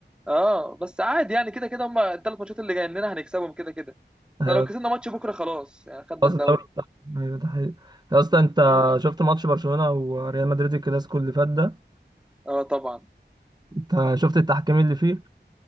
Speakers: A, in the centre; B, on the right.
A: اه بس عادي يعني كده كده هم الثلاث ماتشات اللي جايين لنا هنكسبهم كده كده
B: أيوة،
A: احنا لو كسبنا ماتش بكره خلاص يعني خدنا
B: خلاص
A: الدوري
B: الدوري بتاع- ايوه ده حقيقي يا اسطى انت
A: اه
B: شفت ماتش برشلونة وريال مدريد الكلاسيكو اللي فات ده
A: آه، طبعا
B: انت شفت التحكيم اللي فيه